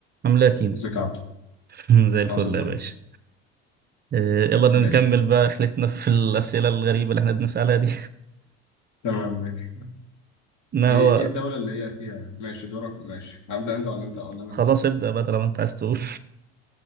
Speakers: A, on the right; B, on the left.
A: عاملة يا كيمو
B: ازيك يا عبدو
A: <laughs> زي الفل
B: عظيم
A: يا
B: أوي
A: باشا آه، يلا
B: ماشي
A: نكمل بقى رحلتنا في الأسئلة الغريبة اللي احنا بنسألها دي
B: تمام ماشي
A: <laughs> ما
B: ايه
A: هو
B: ايه الدولة اللي هي فيها ماشي دورك ماشي هبدأ انت ولا انت ولا انا
A: خلاص ابدأ بقى طالما انت عايز تقول